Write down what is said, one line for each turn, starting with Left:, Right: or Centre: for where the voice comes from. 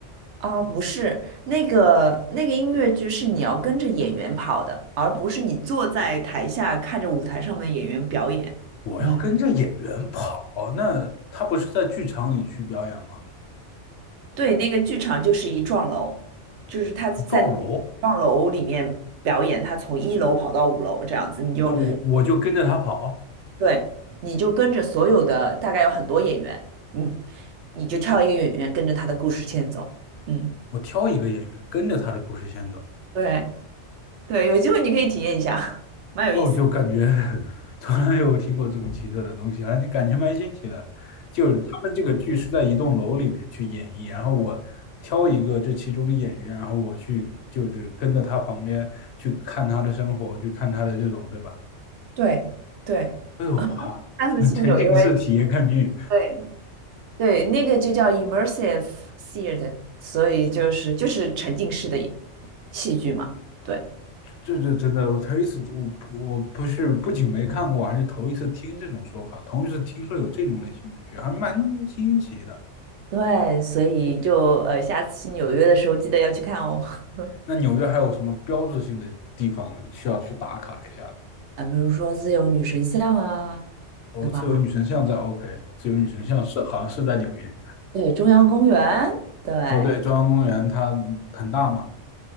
Right: 啊，不是那个那个音乐剧是你要跟着演员跑的，而不是你坐在台下看着舞台上的演员表演。
Left: 我要跟着演员跑，
Right: 嗯，
Left: 那他不是在剧场里去表演吗？
Right: 对，那个剧场就是一幢楼，就是他在那
Left: 撞楼，
Right: 幢楼里面表演，他从一楼跑到五楼这样子，你就
Left: 那我我就跟着他跑。
Right: 对，你就跟着所有的大概有很多演员，嗯，你就挑一个演员跟着他的故事线走，嗯，
Left: 我挑一个演员跟着他的故事线走，
Right: 对对，有机会你可以体验一下，<laughs> 蛮有意思的。
Left: 哦，就感觉 <laughs> 从来没有听过这么奇特的东西，而且感觉蛮新奇的。就是他们这个剧是在一栋楼里面去演绎，然后我挑一个这其中的演员，然后我去就是跟着他旁边去看他的生活，去看他的这种，对吧？
Right: 对对对。
Left: 哎呦哇
Right: 上次去纽约，
Left: <laughs>！沉浸式体验看剧，
Right: 对对，那个就叫 immersive theater，所以就是就是沉浸式的戏剧嘛。对
Left: 这这真的，我头一次，我我不是不仅没看过，还是头一次听这种说法，头一次听说有这种类型的剧，还蛮新奇的。
Right: 对，所以就呃，下次去纽约的时候记得要去看哦。<laughs>
Left: 那纽约还有什么标志性的地方需要去打卡一下？
Right: 啊，比如说自由女神像啊，
Left: 哦，
Right: 对吧？
Left: 自由女神像在 OK，自由女神像是好像是在纽约。
Right: 对，对，中央公园，对，
Left: 哦，对，中央公园它很大嘛，